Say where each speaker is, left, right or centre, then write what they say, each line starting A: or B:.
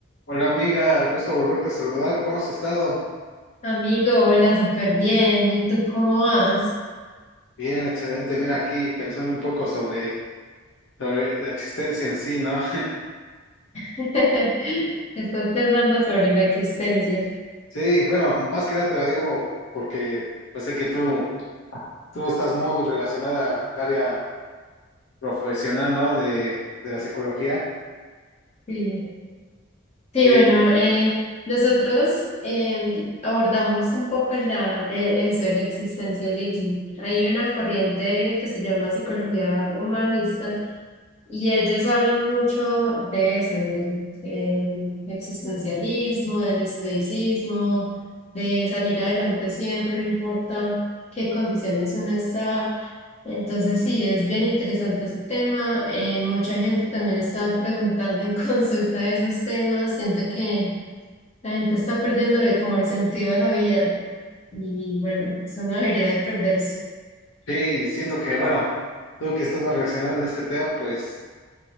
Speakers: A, on the left; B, on the left.
A: Hola amiga, gusto volverte a saludar. ¿Cómo has estado?
B: Amigo, hola, súper bien. ¿Y tú cómo vas?
A: Bien, excelente. Mira, aquí pensando un poco sobre, sobre la existencia en sí, ¿no?
B: <laughs> Estás pensando sobre la existencia.
A: <laughs> Sí, bueno, más que nada te lo digo porque pues sé que tú, tú estás muy relacionada al área profesional, ¿no? De, de la psicología.
B: Sí, sí,
A: Sí,
B: bueno, eh, nosotros em, abordamos un poco la, eh, eso, el existencialismo. Hay una corriente que se llama psicología humanista Y ellos hablan mucho de eso, del, del existencialismo, del estoicismo, de salir adelante siempre, no importa qué condiciones uno está. Entonces sí, es bien interesante ese tema. Eh, mucha gente también está preguntando en <laughs> consulta de esos temas. Siento que la gente está perdiéndole como el sentido a la vida. Y bueno, eso no debería de perderse.
A: sí, y siento que, bueno, tú que estás más relacionado en este tema, pues